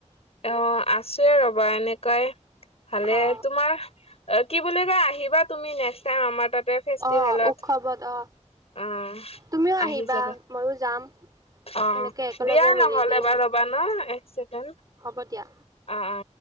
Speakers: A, on the left; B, on the right.
A: অ', আছোয়ে ৰ'বা এনেকুৱাই ভালে,
B: অ
A: তোমাৰ। কি বুলি কয় আহিবা তুমি নেক্সট টাইম আমাৰ তাতে ফেষ্টিভেলত।
B: অ উৎসৱত অ
A: অ'।
B: তুমিও আহিবা,
A: আহি যাবা
B: মইও যাম।
A: অ',
B: এনেকে একেলগে
A: দিয়া
B: মিলি
A: নহ'লে
B: কিনে
A: বাৰু ৰ'বা ন এক চেকেণ্ড।
B: হ'ব দিয়া।
A: অ'।